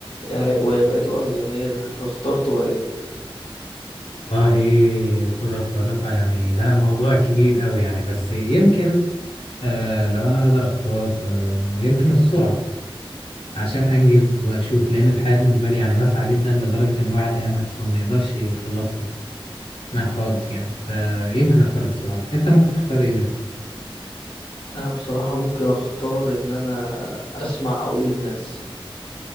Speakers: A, on the left; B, on the left.
A: يا- ويبقى تبقى مليونير هتختار تبقى ايه؟
B: والله القدرة الخارقة يعني ده موضوع كبير قوي يعني بس يمكن آه لو أنا أقدر أختار فيمكن السرعة عشان أنجز وأشوف لأن الحياة بالنسبة لي يعني واسعة جدا لدرجة إن الواحد يعني أصلا ما يقدرش يخلصها ما خالص يعني فيمكن أختار السرعة أنت ممكن تختار إيه بينهم
A: انا بصراحة ممكن اختار ان انا اسمع عقول الناس